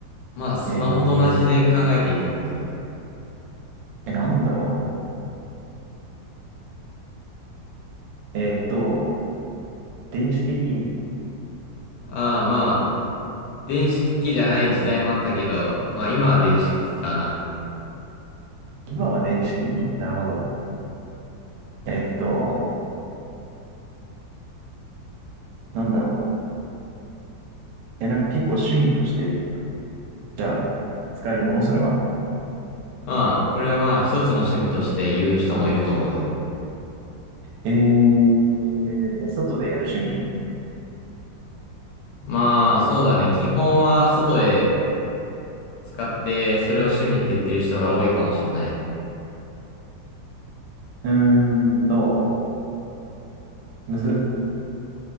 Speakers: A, on the left (about 75°); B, on the right (about 75°).
A: まあスマホと同じで考えていいと思うけど。
B: えー、え、なんだろうえーっと、電子機器
A: ああ、まあ、電子機器じゃない時代もあったけど、まあ今は電子機器かな。
B: 今は電子機器。なるほど。えっと、なんだろう。え、なんか結構趣味として、じゃあ、使えるものそれは。
A: ああ、これはまあ一つの趣味として言う人もいると思うよ。
B: えー、で外でやる趣味
A: まあ、そうだね。基本は外で使って、それを趣味って言ってる人が多いかもしんない。
B: うーんと、むず、